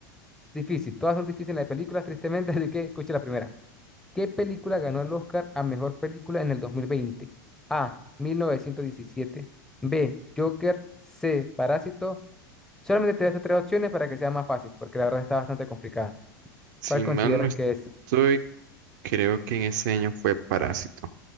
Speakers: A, in the centre; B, on the right.
A: Difícil, todas son difíciles de películas, tristemente, <laughs> así que escuche la primera. ¿Qué película ganó el Oscar a mejor película en el dos mil veinte A. mil novecientos diecisiete B. Joker. C. Parásito. Solamente te doy estas tres opciones para que sea más fácil, porque la verdad está bastante complicada.
B: Si
A: ¿Cuál consideras
B: mal no estoy,
A: que es?
B: creo que en ese año fue Parásito.